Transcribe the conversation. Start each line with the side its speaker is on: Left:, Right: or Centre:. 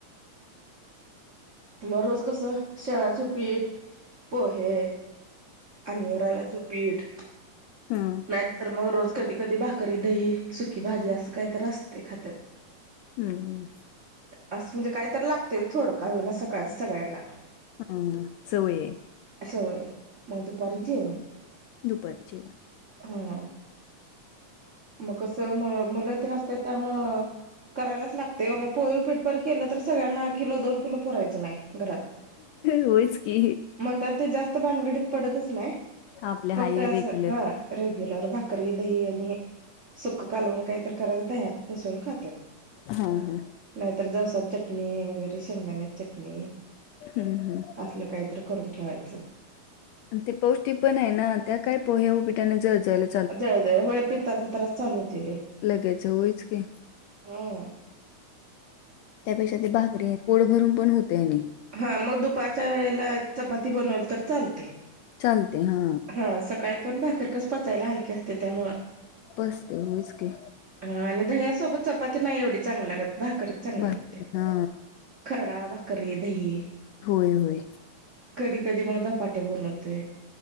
Right: मग रोज कसं शेळाचं पीठ पोहे आणि रव्याचं पीठ
Left: हम
Right: नाहीत तर मग रोज कधी कधी भाकरी दही सुकी भाजी असं काहीत असते खात्यात
Left: हम्म.
Right: असं म्हणजे काही तर लागतंय, थोडं का होई ना सकाळच सगळ्यांना.
Left: हम्म, सवय हाय.
Right: सवय आहे, मग दुपारीच जेवण.
Left: दुपारी जेवण.
Right: हं. मग कसं मुलंती नसत त्यामु करायलाच लागते मग पोय पीठ पण केलं तर सगळ्यांना किलो दोन किलो पुरायचं नाही घरात
Left: होयच की
Right: म्हणताना ते जास्त भानगडीत पडतच नाही
Left: आपल्या
Right: फक्त
Left: हाय
Right: अस
Left: रेग्युलर
Right: हा रेग्युलर भाकरी दही आणि सुख कालवून काय तर करायचं दह्यात मिसवून खातात
Left: हा हा
Right: नाहीतर दोसा चटणी वगैरे शेंगदाण्या्या चटणी
Left: हम्म हम्म
Right: असलं काहीत करून ठेवायचं
Left: आणि ते पौष्टिक पण आहे ना त्या काय पोह्या उपीटाने जत झाल्या
Right: जळ जळ होय पित्ताचा त्रास चालूतील
Left: लगायचं होयच क
Right: हम
Left: त्यापेक्षा ते भाकरीे पोड भरून पण होते आणि
Right: हा मग दुपारच्या वेळेला चपाती बनवल तर चालते
Left: चालते हा
Right: हा सकाळी पण भाकरर कस पचायला हलकीे असते त्यामु
Left: बसते उचके
Right: ह आणि दह्यासोबत चपाती नाही एवढी चांगली लागत भाकरीत चांग
Left: भाकरी
Right: लागत
Left: हा
Right: खरडा भाकररीे दही
Left: होय होय
Right: कधी कधी मग दपाटे बनवते